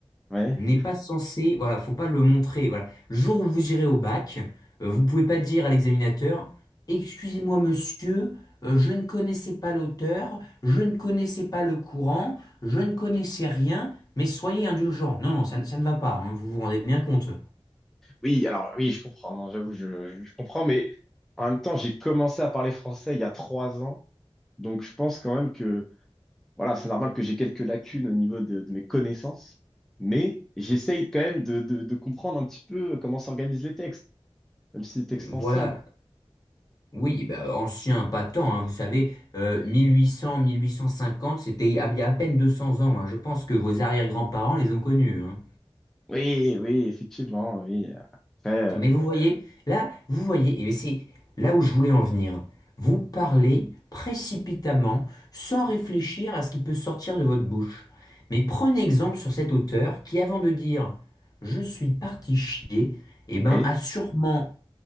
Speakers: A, in the centre; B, on the left (about 40°).
A: Ouais.
B: n'est pas censé, voilà, faut pas le montrer, voilà. Le jour où vous irez au bac, euh, vous pouvez pas dire à l'examinateur, Excusez-moi, monsieur, euh, je ne connaissais pas l'auteur, je ne connaissais pas le courant, je ne connaissais rien, mais soyez indulgent. Non, non, ça, ne ça ne va pas, hein, vous vous rendez bien compte.
A: Oui, alors oui, je comprends. Non, j'avoue, je, je je comprends. Mais en même temps, j'ai commencé à parler français il y a trois ans. Donc je pense quand même que, voilà, c'est normal que j'ai quelques lacunes au niveau de, de mes connaissances. Mais j'essaye quand même de, de, de comprendre un petit peu comment s'organisent les textes. même si c'est extension.
B: Voilà. Oui, bah, ancien, pas tant, hein, vous savez, euh, 1800, 1850, c'était il y a à peine 200 ans, hein. Je pense que vos arrière-grands-parents les ont connus, hein.
A: Oui, oui, effectivement, oui. Après, euh,
B: Mais vous voyez, là, vous voyez, et c'est là où je voulais en venir. Vous parlez précipitamment, sans réfléchir à ce qui peut sortir de votre bouche. Mais prenez exemple sur cet auteur qui, avant de dire «je suis parti chier», eh ben,
A: oui,
B: a sûrement